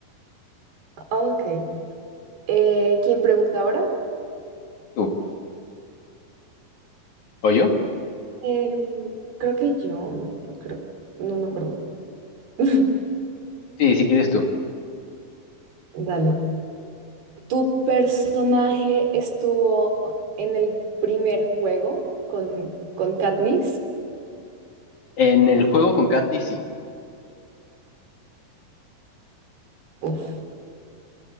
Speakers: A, on the right (about 85°); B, on the left (about 55°).
A: Ah, Ok. Eh, ¿quién pregunta ahora?
B: ¿Tú? ¿O yo?
A: Em, creo que yo, no, no creo, no me acuerdo. <laughs>
B: Sí, si quieres tú.
A: Dale. ¿Tu personaje estuvo en el primer juego con, con Katniss?
B: En el juego con Katniss, sí.
A: Uf.